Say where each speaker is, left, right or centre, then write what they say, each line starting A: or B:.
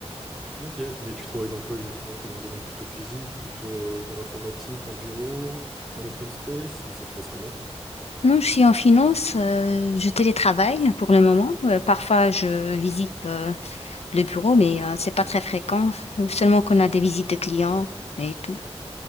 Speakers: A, in the centre; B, on the left (about 70°).
A: Ok, mais tu travailles dans quoi exactement? T'es dans un domaine plutôt physique, plutôt euh, dans l'informatique, en bureau, en open space, ou ça se passe comment?
B: Non, je suis en finance, euh, je télétravaille pour le moment. Euh, parfois, je visite euh, le bureau, mais euh, c'est pas très fréquent. Euh, Seulement qu'on a des visites de clients et tout.